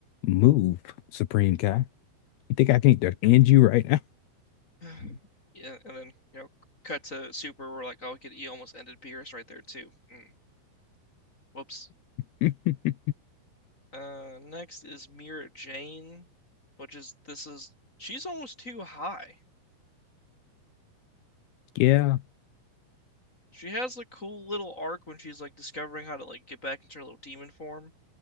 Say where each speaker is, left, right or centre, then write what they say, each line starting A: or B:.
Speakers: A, on the left; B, on the left.
A: move, Supreme Kai. You think I can not end you right
B: <sighs> Yeah, and then you know, cut to Super. We're like, oh, he could, he almost ended Beerus right there too. Mm. Whoops.
A: now? <laughs>
B: Uh, next is Mira Jane, which is this is she's almost too high.
A: Yeah.
B: She has a cool little arc when she's like discovering how to like get back into her little demon form.